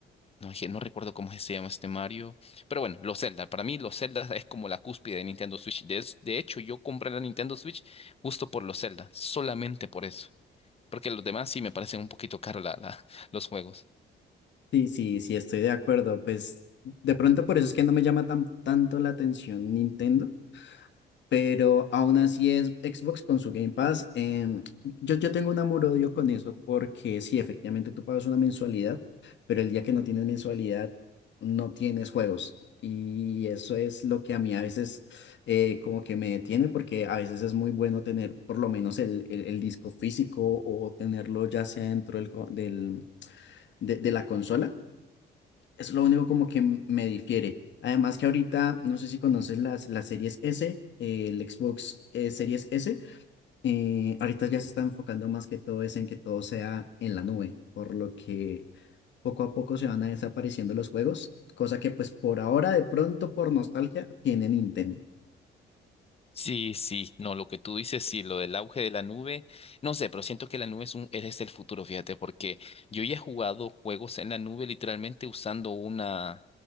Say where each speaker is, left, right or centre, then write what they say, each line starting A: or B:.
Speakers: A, on the left; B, on the left.
A: no, je- no recuerdo cómo se llama este Mario. Pero bueno, los Zelda. Para mí los Zelda es como la cúspide de Nintendo Switch. De, es- de hecho, yo compré la Nintendo Switch justo por los Zelda, solamente por eso. Porque los demás sí me parecen un poquito caros la, la- <laughs> los juegos.
B: Sí, sí, sí, estoy de acuerdo. Pues de pronto por eso es que no me llama tan, tanto la atención Nintendo. Pero aún así es Xbox con su Game Pass. em, yo, yo tengo un amor-odio con eso porque sí, efectivamente tú pagas una mensualidad, pero el día que no tienes mensualidad no tienes juegos. Y eso es lo que a mí a veces eh, como que me detiene porque a veces es muy bueno tener por lo menos el, el- el disco físico o tenerlo ya sea dentro del, co- del- de de la consola es lo único como que m- me difiere. Además que ahorita, no sé si conoces las, las series S, eh, el Xbox eh, Series S, eh, ahorita ya se está enfocando más que todo es en que todo sea en la nube, por lo que poco a poco se van a desapareciendo los juegos, cosa que pues por ahora de pronto por nostalgia tiene Nintendo.
A: Sí, sí, no, lo que tú dices, sí, lo del auge de la nube, no sé, pero siento que la nube es un, es el futuro, fíjate, porque yo ya he jugado juegos en la nube literalmente usando una,